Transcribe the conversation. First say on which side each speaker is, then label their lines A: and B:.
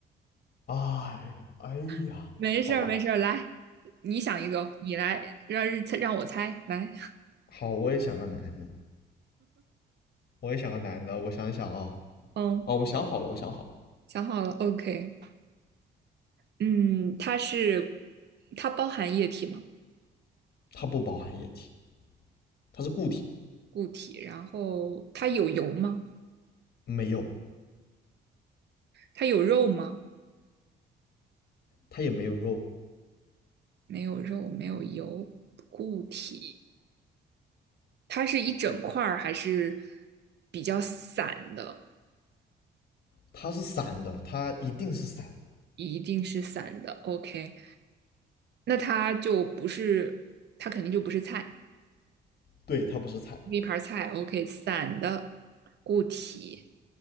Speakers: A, on the left; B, on the right.
A: 哎呀，哎呀，
B: <laughs> 没事儿，
A: 好吧，
B: 没事儿，来，你想一个，你来让让我猜，来，
A: 好，我也想个男的，我也想个男的，我想一想啊，
B: 嗯，
A: 哦，我想好了，我想好了，
B: 想好了，OK，嗯，它是它包含液体吗？
A: 它不包含液体，它是固体，
B: 固体，然后它有油吗？
A: 没有，
B: 它有肉吗？
A: 它也没有肉，
B: 没有肉，没有油，固体。它是一整块儿还是比较散的？
A: 它是散的，它一定是散的，
B: 一定是散的。OK，那它就不是，它肯定就不是菜，
A: 对，它不是菜，
B: 一盘菜。OK，散的固体。